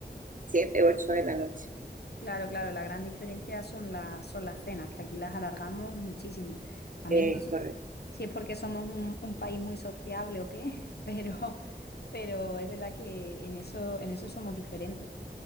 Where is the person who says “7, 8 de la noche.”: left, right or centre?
Right